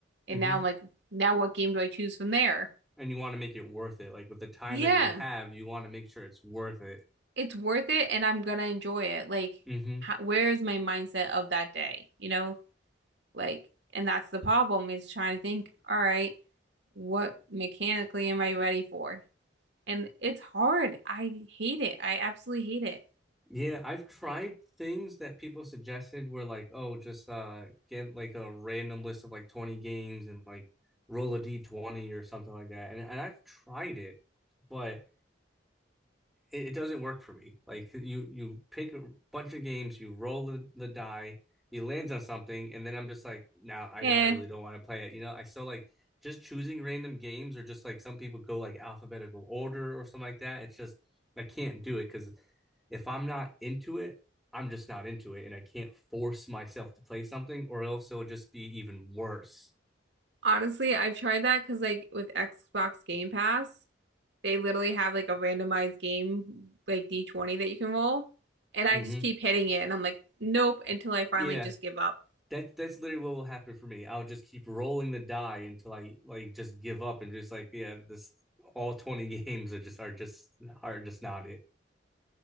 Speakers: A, in the centre; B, on the right.
A: hmm
B: And now I'm like, now what game do I choose from there?
A: and you want to make it worth it. Like with the time
B: Yeah,
A: that you have, you want to make sure it's worth it.
B: it's worth it and I'm gonna enjoy it. Like,
A: hmm
B: how, where is my mindset of that day? You know, like, and that's the problem is trying to think, all right. what mechanically am I ready for? And it's hard. I hate it. I absolutely hate it.
A: Yeah, I've tried things that people suggested were like, oh, just uh get like a random list of like 20 games and like roll a D20 or something like that. And and I've tried it, but it, it doesn't work for me. Like you you pick a bunch of games, you roll the, the die, he lands on something, and then I'm just like, now nah, I
B: And
A: don't, I really don't want to play it. You know, I still like just choosing random games or just like some people go like alphabetical order or something like that. It's just I can't do it because if I'm not into it, I'm just not into it, and I can't force myself to play something, or else it'll just be even worse.
B: honestly, I've tried that because like with Xbox Game Pass, they literally have like a randomized game like D20 that you can roll. And I
A: hmm
B: just keep hitting it and I'm like, nope, until I finally
A: Yeah,
B: just give up.
A: That that's literally what will happen for me. I'll just keep rolling the die until I like just give up and just like yeah, this all 20 <laughs> games are just are just are just not it.